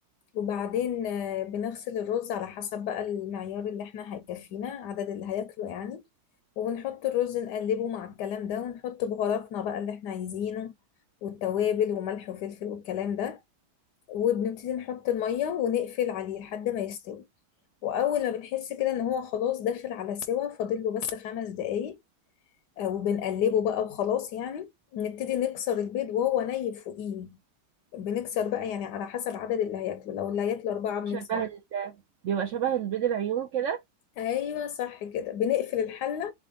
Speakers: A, on the left; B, on the right.
A: وبعدين آه، بنغسل الرز على حسب بقى المعيار اللي احنا هيكفينا عدد اللي هياكله يعني وبنحط الرز نقلبه مع الكلام ده ونحط بهاراتنا بقى اللي احنا عايزينه والتوابل وملح وفلفل والكلام ده وبنبتدي نحط المية ونقفل عليه لحد ما يستوي وأول ما بنحس كده إن هو خلاص داخل على سوا فاضل له بس خمس دقايق آه، وبنقلبه بقى وخلاص يعني نبتدي نكسر البيض وهو ني فوقيه بنكسر بقى يعني على حسب عدد اللي هياكله لو اللي هياكله أربعة بنكسر
B: شبه ال... بيبقى شبه البيض العيون كده
A: أيوة صح كده بنقفل الحلة